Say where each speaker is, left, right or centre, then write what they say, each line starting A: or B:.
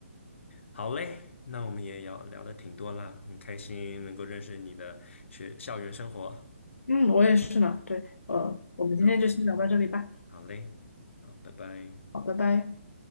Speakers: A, on the left; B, on the left.
A: 好嘞，那我们也聊聊的挺多啦，很开心能够认识你的学校园生活。
B: 嗯，我也是呢，对，呃，我们今天就先聊到这里吧，
A: 那我们先，好嘞，好，拜拜。
B: 好，拜拜。